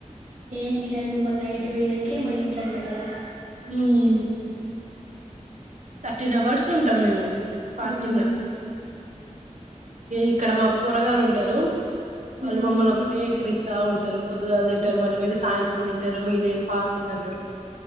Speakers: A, on the right; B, on the right.
A: ఏం తినదు మళ్ళి నైట్ పొయనాకే మళ ఏమో తింటారు అంట కద
B: హుమ్మ్ థర్టీన్ అవర్స్ ఉంటాం మేము ఫాస్టింగ్
A: ఉమ్
B: ల ఇక్కడ మా పోరగాల్ ఉంటారు వాళ్ళు
A: ఉమ్
B: మమల్ని ఒకటే ఎక్రి త ఉంటారు పొద్దుగాల తింటారు మళ్ళీ మీరు సాయంత్రం తింటారు మీదేం ఫాస్టింగ్ అంటారు